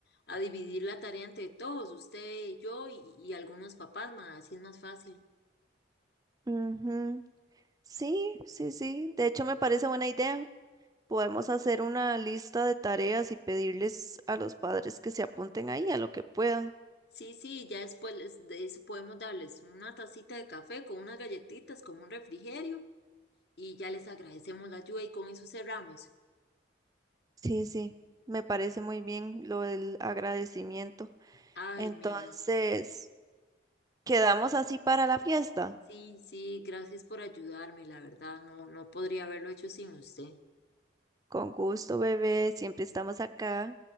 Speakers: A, on the left; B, on the right.
A: a dividir la tarea entre todos, usted, yo y, y algunos papás, más, así es más fácil.
B: Ujú. Sí, sí, sí. De hecho, me parece buena idea. Podemos hacer una lista de tareas y pedirles a los padres que se apunten ahí a lo que puedan.
A: Sí, sí, ya después les- de eso podemos darles una tacita de café con unas galletitas, con un refrigerio y ya les agradecemos la ayuda y con eso cerramos.
B: Sí, sí, me parece muy bien lo del agradecimiento.
A: Ay,
B: Entonces,
A: Mela,
B: quedamos así para la fiesta.
A: sí, sí, gracias por ayudarme, la verdad, no, no podría haberlo hecho sin usted.
B: Con gusto, bebé, siempre estamos acá.